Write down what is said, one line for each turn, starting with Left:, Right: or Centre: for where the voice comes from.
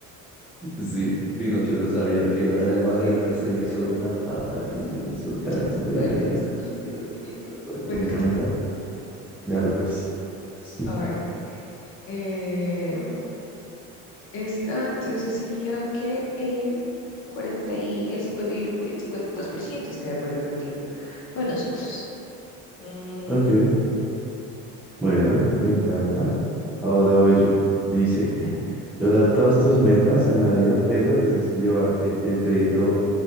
Centre: Sí, Pinocho no sabía que era de madera.
Left: Ay, Dios,
Centre: Se hizo
Left: mira,
Centre: una paja y se hizo candela.
Left: ya sé cuál es. Ay, Dios mío,
Centre: Bueno, me
Left: me encantó.
Centre: encanta. Ya pues. <laughs>
Left: A ver, eh, esta entonces sería que el 40 y el 51 por- el cincuenta y dos por ciento. está de acuerdo contigo. Bueno, nosotros. Ujú,
Centre: Ok, bueno, me encanta. Ahora voy yo. Dice,
Left: Dale.
Centre: lograr todas tus metas en la vida, pero tienes que llevarte el crédito